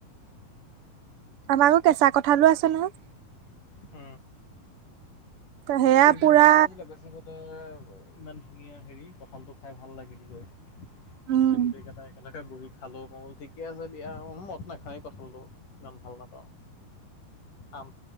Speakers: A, on the right (about 60°); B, on the left (about 55°).
A: আমাৰো কেঁচা কঠালো আছে নহয়
B: হ
A: সেয়া পুৰা
B: টম পাই কৈ আছিলোছ বে ইমান ধুনীয়া হেৰি কঁঠালটো খাই ভাল লাগিল গৈ
A: উম
B: পিছে গোটেইকেইটা একেলগ ত বুহি খালোঁ মো ঠিকে আছে দিয়া মো মত নাখাওঁ কঠলটো ইমান ভাল নাপাওঁ অম